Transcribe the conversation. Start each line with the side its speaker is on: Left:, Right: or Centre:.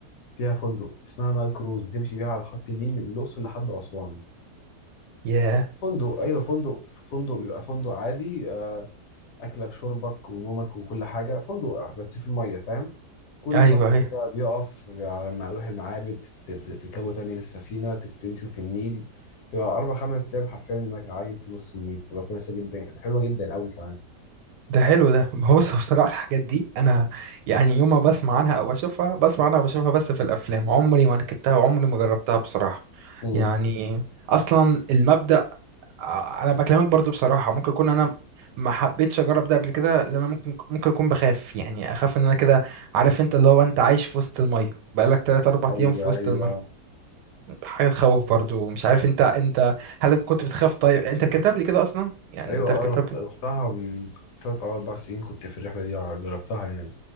Left: فيها فندق اسمها نايل كروز بتمشي بيها على خط النيل من الاقصر لحد اسوان
Right: ياه
Left: فندق ايوه فندق فندق بيبقى فندق عادي آه، اكلك شربك ونومك وكل حاجه فندق آه، بس في الميه فاهم كل
Right: ايوه
Left: فتره
Right: ايوه
Left: كده بيقف على ما اروح المعابد ت- ت- تركبوا تاني للسفينه تت- تمشوا في النيل تبقى اربع خمس ايام حرفيا انك عايم في نص النيل تبقى كويسه جدا حلوه جدا قوي كمان
Right: ده حلو ده <laughs> هو بص هو بصراحة الحاجات دي أنا يعني يوم ما بسمع عنها أو بشوفها بسمع عنها وبشوفها بس في الأفلام عمري ما ركبتها وعمري ما جربتها بصراحة
Left: امم
Right: يعني أصلا المبدأ آه، أنا بكلمك برضو بصراحة ممكن أكون أنا ما حبيتش أجرب ده قبل كده لأن أنا ممكن ممكن أكون بخاف يعني أخاف إن أنا كده عارف أنت اللي هو أنت عايش في وسط المية بقالك تلات أربع
Left: ايوه
Right: أيام في وسط
Left: ايوه
Right: المية حاجة تخوف برضو مش عارف أنت أنت هل كنت بتخاف طيب أنت ركبتها قبل كده أصلا يعني
Left: ايوه
Right: أنت ركبتها
Left: اه رحت- رحتها من ثلاث او اربع سنين كنت في الرحله دي آه، جربتها يعني